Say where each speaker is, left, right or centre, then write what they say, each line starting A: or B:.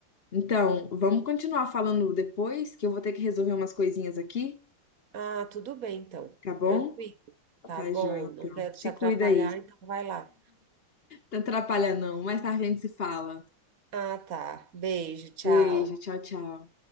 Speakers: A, on the left; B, on the right.
A: Então, vamos continuar falando depois, que eu vou ter que resolver umas coisinhas aqui,
B: Ah, tudo bem, então.
A: tá bom?
B: Tranquilo. Tá
A: Tá,
B: bom,
A: joia, então.
B: não quero
A: Se
B: te atrapalhar,
A: cuida aí.
B: então vai lá.
A: Não atrapalha, não. Mais tarde a gente se fala.
B: Ah, tá. Beijo, tchau.
A: Beijo, tchau, tchau.